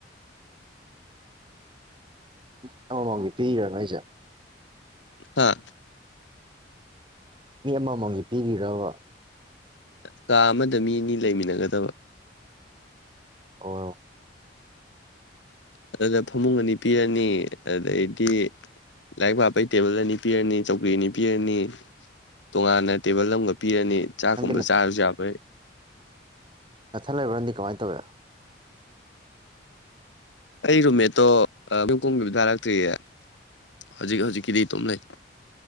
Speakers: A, on the right (about 25°); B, on the left (about 80°).
A: ꯃꯤ ꯑꯃꯃꯝꯒꯤ ꯄꯤꯔꯤꯔ ꯅꯣꯏꯖꯦ
B: ꯍꯥꯥ
A: ꯃꯤ ꯑꯃꯃꯝꯒꯤ ꯄꯤꯔꯤꯔꯕ
B: ꯀꯥ ꯑꯃꯗ ꯃꯤ ꯑꯅꯤ ꯂꯩꯃꯤꯟꯅꯒꯗꯕ
A: ꯑꯣ
B: ꯑꯗꯨꯗ ꯐꯃꯨꯡ ꯑꯅꯤ ꯄꯤꯔꯅꯤ ꯑꯗꯩꯗꯤ ꯂꯥꯏꯔꯤꯛ ꯄꯥꯕꯩ ꯇꯦꯕꯜ ꯑꯅꯤ ꯄꯤꯔꯅꯤ ꯆꯧꯀꯔꯤ ꯑꯅꯤ ꯄꯤꯔꯅꯤ ꯇꯣꯉꯥꯟꯅ ꯇꯦꯕꯜ ꯑꯃꯒ ꯄꯤꯔꯅꯤ ꯆꯥꯛꯀꯨꯝꯕ
A: ꯅꯪꯗꯤ
B: ꯆꯥꯔꯁꯨ ꯌꯥꯕꯩ
A: ꯅꯊꯟ ꯂꯩꯕ꯭ꯔ ꯅꯪꯗꯤ ꯀꯃꯥꯏꯅ ꯇꯧꯋꯤ
B: ꯑꯩ ꯔꯨꯝꯃꯦꯠꯇꯣ ꯌꯨꯝ ꯀꯨꯝꯒꯤ ꯀꯥꯔꯛꯇ꯭ꯔꯤꯌꯦ ꯍꯧꯖꯤꯛ ꯍꯧꯖꯤꯛꯀꯤꯗꯤ ꯑꯗꯨꯝ ꯂꯩ